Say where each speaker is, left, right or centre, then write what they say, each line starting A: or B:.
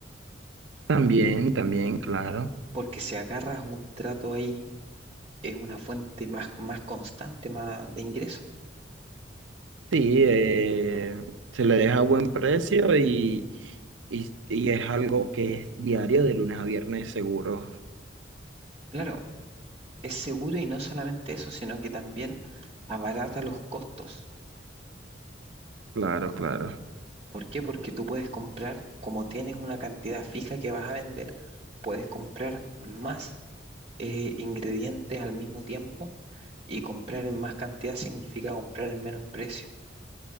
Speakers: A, on the right; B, on the right.
A: También, también, claro.
B: porque si agarras un trato ahí es una fuente más, más constante más de ingresos.
A: Sí, eh, se le deja a buen precio y, y, y es algo que es diario de lunes a viernes seguro.
B: Claro, es seguro y no solamente eso, sino que también abarata los costos.
A: Claro, claro.
B: ¿Por qué? Porque tú puedes comprar, como tienes una cantidad fija que vas a vender, puedes comprar más eh, ingredientes al mismo tiempo y comprar en más cantidad significa comprar en menos precio.